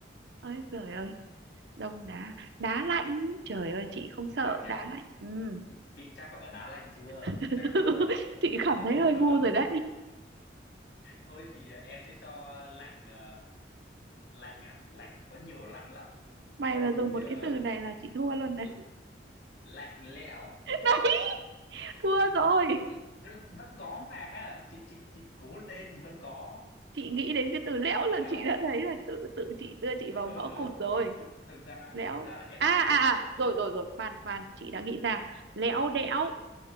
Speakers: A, on the right; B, on the left.
A: ơi trời ơi đông đá đá lạnh trời ơi chị không sợ
B: lạnh à
A: đá lạnh ừ.
B: chị, chị chắc là đá lạnh chưa
A: <laughs>
B: chị chắc chưa
A: chị cảm
B: <laughs>
A: thấy hơi ngu rồi đấy
B: thôi thì ờ, em sẽ cho lạnh ờ, lạnh à lạnh thì có nhiều lạnh lắm
A: mày
B: thôi
A: mà dùng
B: thì
A: một
B: ờ,
A: cái từ này là chị thua luôn này
B: l- lạnh lẽo
A: <laughs> đấy thua
B: <laughs>
A: rồi
B: đúng vẫn, vẫn có mà chị chị chị cố lên vẫn có
A: chị nghĩ đến cái từ lẽo
B: lẽo
A: là chị đã thấy là tự tự chị đưa chị
B: <laughs>
A: vào ngõ cụt rồi
B: thực thực ra
A: lẽo
B: thực ra là em
A: à
B: thấy
A: à à
B: ờ,
A: rồi rồi rồi khoan khoan chị đã nghĩ ra lẽo đẽo